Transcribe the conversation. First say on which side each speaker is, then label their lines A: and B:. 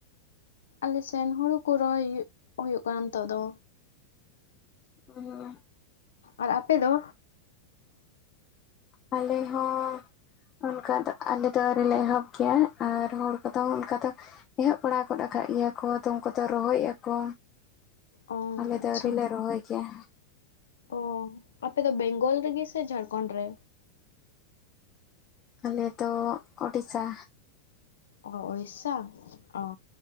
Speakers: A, on the left; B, on the left.
A: ᱟᱞᱮ ᱥᱮᱱ ᱦᱩᱲᱩ ᱠᱩ ᱨᱚᱦᱚᱭ ᱦᱩᱭᱩᱜ ᱠᱟᱱᱟ ᱱᱤᱛᱳᱜ ᱫᱚ᱾
B: ᱦᱩᱸ᱾
A: ᱟᱨ ᱟᱯᱮ ᱫᱚ?
B: ᱟᱞᱮ ᱦᱚᱸ ᱚᱱᱠᱟ ᱫᱚ ᱟᱞᱮ ᱫᱚ ᱟᱹᱣᱨᱤ ᱞᱮ ᱮᱦᱚᱵ ᱜᱮᱭᱟ ᱟᱨ ᱦᱚᱲ ᱠᱚᱫᱚ ᱚᱱᱠᱟ ᱫᱚ ᱮᱦᱚᱵ ᱵᱟᱲᱟ ᱜᱚᱫ ᱟᱠᱟᱫ ᱜᱮᱭᱟ ᱠᱚ ᱛᱚ ᱩᱱᱠᱩᱫᱚ ᱨᱚᱦᱚᱭᱮᱫ ᱟᱠᱚ
A: ᱚ
B: ᱟᱞᱮ ᱫᱚ
A: ᱟᱪᱪᱷᱟ
B: ᱟᱹᱣᱨᱤᱞᱮ ᱨᱚᱦᱚᱭ ᱜᱮᱭᱟ᱾
A: ᱚ ᱟᱯᱮ ᱫᱚ ᱵᱮᱝᱜᱚᱞ ᱨᱮᱜᱮ ᱥᱮ ᱡᱷᱟᱲᱠᱷᱚᱱᱰ ᱨᱮ?
B: ᱟᱞᱮ ᱫᱚ ᱳᱰᱤᱥᱟ
A: ᱚ ᱩᱲᱤᱥᱟ ᱚ